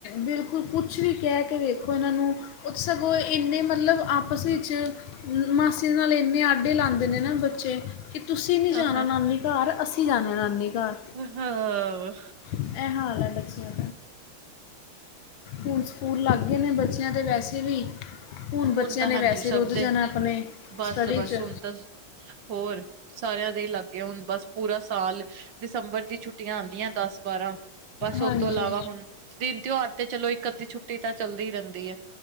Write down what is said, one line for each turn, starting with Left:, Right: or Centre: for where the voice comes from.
Left: ਬਿਲਕੁਲ ਕੁਛ ਵੀ ਕਹਿ ਕੇ ਵੇਖੋ ਇਹਨਾਂ ਨੂੰ ਓ ਤੇ ਸਗੋਂ ਇੰਨੇ ਮਤਲਬ ਆਪਸ ਵਿੱਚ ਮਾਸੀ ਦੇ ਨਾਲ ਇੰਨੇ ਆਡੇ ਲਾਂਦੇ ਨੇ ਨਾ ਬੱਚੇ। ਕਿ ਤੁਸੀਂ ਨੀ
Right: ਹਾਂ
Left: ਜਾਣਾ ਨਾਨੀ ਘਰ ਅਸੀਂ ਜਾਣਾ ਨਾਨੀ ਘਰ।
Right: ਹਾਂ
Left: ਇਹ ਹਾਲ ਹੈ ਬੱਚਿਆਂ ਹੁਣ ਸਕੂਲ ਲਾਂਗੇ ਨੇ ਬੱਚਿਆਂ ਦੇ ਵੈਸੇ ਵੀ। ਬੱਚਿਆਂ
Right: ਹੁਣ ਤਾਂ
Left: ਨੇ
Right: ਹਾਂਜੀ
Left: ਵੈਸੇ
Right: ਸਭ
Left: ਰੁੱਝ ਜਾਣਾ
Right: ਦੇ
Left: ਆਪਣੇ
Right: ਬਸ-ਬਸ
Left: ਸਟੱਡੀ 'ਚ
Right: ਹੁਣ ਤਾਂ ਹੋਰ ਸਾਰਿਆਂ ਦੇ ਈ ਲਾਂਗੇ ਹੁਣ ਬਸ ਪੂਰਾ ਸਾਲ ਦਸੰਬਰ ਦੀ ਛੁੱਟੀਆਂ ਆਂਦੀਆਂ ਦਸ ਬਾਰਾਂ ਬਸ
Left: ਹਾਂਜੀ
Right: ਓ ਤੋਂ ਇਲਾਵਾ ਹੁਣ ਦਿਨ ਤਿਓਹਾਰ ਤੇ ਚਲੋ ਇੱਕ ਅੱਧੀ ਛੁੱਟੀ ਤਾਂ ਚੱਲਦੀ ਰਹਿੰਦੀ ਐ